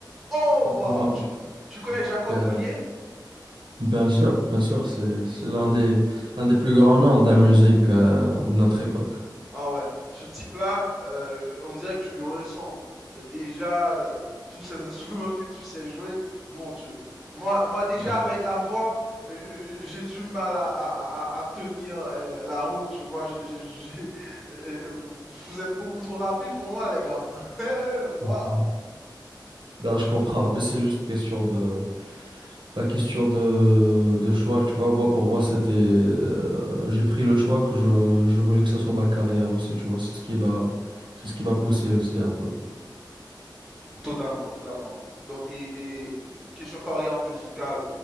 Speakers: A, in the centre; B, on the right.
A: Oh, wow.
B: Moi,
A: Tu, tu connais
B: je
A: Jacob
B: dirais,
A: Collier?
B: bien sûr, bien sûr, c'est c'est l'un des l'un des plus grands noms de la musique euh, de notre époque.
A: Ah ouais, ce type-là, euh, on dirait que tu lui ressembles. Euh, Déjà, euh, tous ces <laughs> instruments que tu sais jouer, mon Dieu. Moi, moi déjà,
B: Ben,
A: avec la voix, euh, euh, j'ai du mal à, à- à- à tenir euh, la route, tu vois. J'ai- j'ai- j'ai- euh, euh, vous vous êtes beaucoup trop rapide pour moi, les gars. <laughs> Waouh!
B: Mhm. Non, je comprends, mais c'est juste question de pas question de, de choix, tu vois. Moi, pour moi, c'était euh, j'ai pris le choix que je, je voulais que ce soit ma carrière aussi, tu vois. C'est ce qui m'a c'est ce qui m'a poussé aussi un peu.
A: Totalement, totalement. Donc, et, et question carrière musicale,